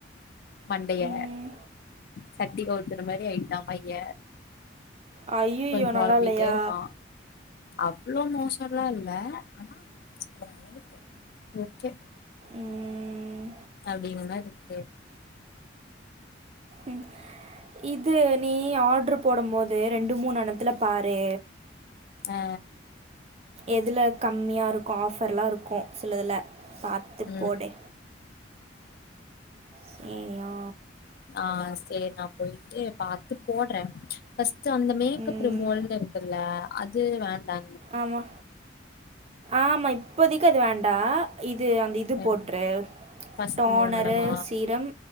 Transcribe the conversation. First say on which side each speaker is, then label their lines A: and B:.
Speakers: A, on the left; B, on the right.
A: மண்டைய
B: ம்
A: சட்டி கவுத்துற மாறி ஆயிட்டா பைய
B: ஐயோ
A: கொஞ்ச பொலம்பிட்டே
B: நல்லா இல்லையா
A: இருக்கா அவ்ளோ மோசல்லா இல்ல ஆனா ஓர் அளவுக்கு ஓகே
B: ம்
A: அப்டிங்க மெர்ருக்கு
B: ம் இது நீ ஆர்ட்ரு போடும் போது ரெண்டு மூணு இணத்துல பாரு
A: ஆ
B: எதுல கம்மியா இருக்கு ஆஃபர்லா இருக்கு சில இதுல பாத்து
A: ம்
B: போடு சேரியா
A: ஆ செரி நா போயிட்டு பாத்து போட்ற ஃபர்ஸ்ட்டு அந்த மேக்கப்
B: ம்
A: ரிமூவல்ன்னு இருக்குல்ல அது வேண்டா
B: ஆமா ஆமா இப்போதிக்கி அது வேண்டா இது அந்த இது
A: ஆ
B: போட்ரு
A: ஃபர்ஸ்ட்
B: டோனரு
A: மூணு நம்ம
B: சீரம்